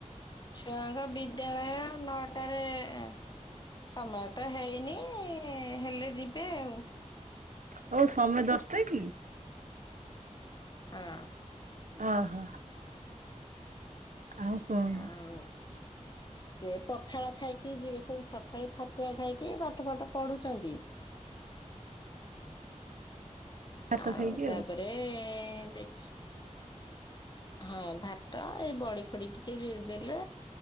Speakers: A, on the left (about 35°); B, on the right (about 80°).
A: ଛୁଆଙ୍କ ବିଦ୍ୟାଳୟ ନଅଟାରେ। <unintelligible> ସମୟ ତ ହେଇନି ହେଲେ ଯିବେ ଆଉ।
B: ହଉ ସମୟ ଦଶଟା କି?
A: ହଁ।
B: ଅହ। ଆଉ କଣ
A: ଆଉ ସେ ପଖାଳ ଖାଇକି ଯିବେ ସବୁ ସଖାଳେ ଛତ୍ ତୁଆ ଖାଇକି ପାଠ ଫାଠ ପଢୁଛନ୍ତି।
B: ଭାତ
A: ଆଉ
B: ଖାଇକି
A: ତାପରେ ଦେଖି ହଁ ଭାତ ଏଇ ବଡି ଫଡି ଟିକେ <unintelligible> ଦେଲେ